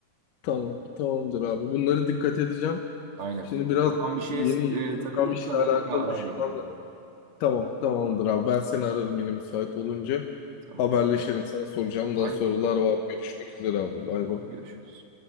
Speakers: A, on the left; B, on the right.
A: Tamam, tamamdır abi. Bunları dikkat edeceğim.
B: Aynen.
A: Şimdi biraz
B: Kafan bir şeye
A: yeni
B: sık, e, takılırsa
A: yapacağım işle
B: da mutlaka
A: alakalı
B: ara
A: düşünmem
B: beni.
A: lazım. Tamam, tamamdır abi. Ben seni ararım yine müsait olunca.
B: Tamam.
A: Haberleşelim. Sana soracağım
B: Hadi
A: daha sorular
B: bakalım.
A: var. Görüşmek üzere abi. Bay
B: Tamam
A: bay.
B: görüşürüz.